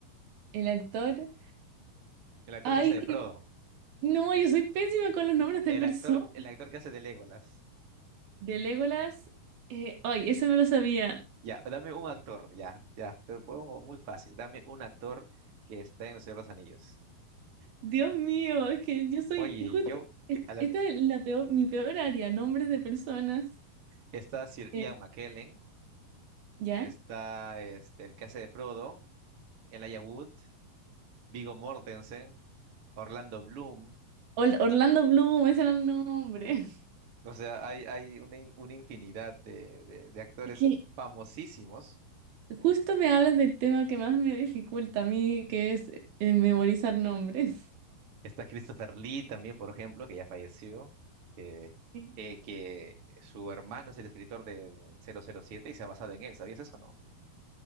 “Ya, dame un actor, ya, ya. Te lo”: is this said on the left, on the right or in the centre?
Right